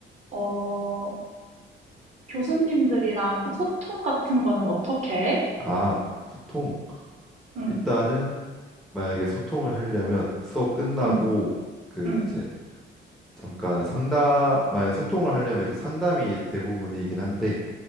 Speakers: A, on the right; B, in the centre.
A: 어, 교수님들이랑 소통 같은 거는 어떻게 해?
B: 아, 소통.
A: 응,
B: 일단은 만약에 소통을 하려면 수업 끝나고
A: 응,
B: 그
A: 응,
B: 이제 잠깐 상담, 만약 소통을 하려면 이제 상담이 대부분이긴 한데